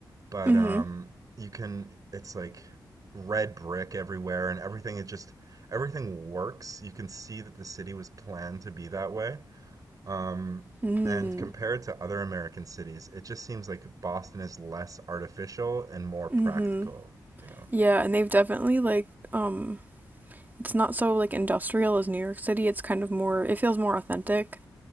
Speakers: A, on the right; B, on the right.
A: but
B: Mhm.
A: um, you can it's like red brick everywhere and everything is just everything works. You can see that the city was planned to be that way. Um,
B: Mhm.
A: and compared to other American cities, it just seems like Boston is less artificial and more practical,
B: Mhm.
A: you know.
B: Yeah, and they've definitely like um it's not so like industrial as New York City. It's kind of more it feels more authentic.